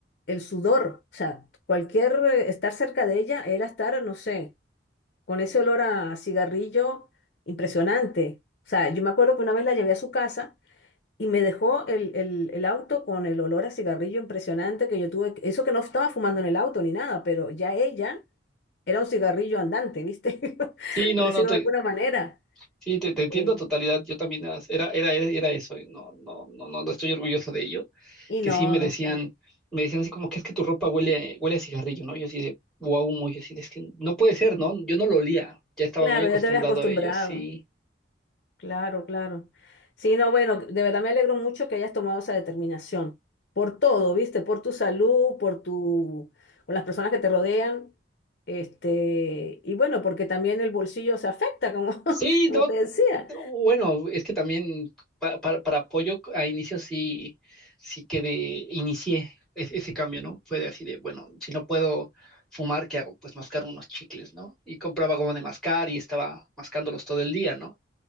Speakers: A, on the left; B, in the centre.
A: el sudor, o sea, cualquier eh, estar cerca de ella era estar, no sé con ese olor a cigarrillo impresionante. O sea, yo me acuerdo que una vez la llevé a su casa y me dejó el, el, el auto con el olor a cigarrillo impresionante que yo tuve. que- Eso que no estaba fumando en el auto ni nada, pero ya ella era un cigarrillo andante, ¿viste? <laughs>
B: Sí, no,
A: Por decirlo
B: no te,
A: de alguna manera.
B: sí, te, te entiendo
A: Eh,
B: a totalidad. Yo también era, era, era, era eso. eh, No, no, no, no, no estoy orgulloso de ello.
A: y
B: Que
A: no,
B: sí me
A: no,
B: decían,
A: claro.
B: me decían así como que es que tu ropa huele, huele a cigarrillo, ¿no? Yo así de wow, muy así de, es que no puede ser, ¿no? Yo no lo olía. Ya estaba
A: Claro,
B: muy acostumbrado
A: ya te habías acostumbrado.
B: a ello, sí.
A: Claro, claro. Sí, no, bueno, de verdad me alegro mucho que hayas tomado esa determinación. Por todo, ¿viste? Por tu salud, por tu, por las personas que te rodean. Este, y bueno, porque también el bolsillo se afecta, como, <laughs>
B: Sí,
A: como
B: no,
A: te decía.
B: bueno, es que también pa- para, para apoyo a inicio sí, sí que de, inicié es- ese cambio, ¿no? Fue de así de, bueno, si no puedo fumar, ¿qué hago? Pues mascar unos chicles, ¿no? Y compraba goma de mascar y estaba mascándolos todo el día, ¿no?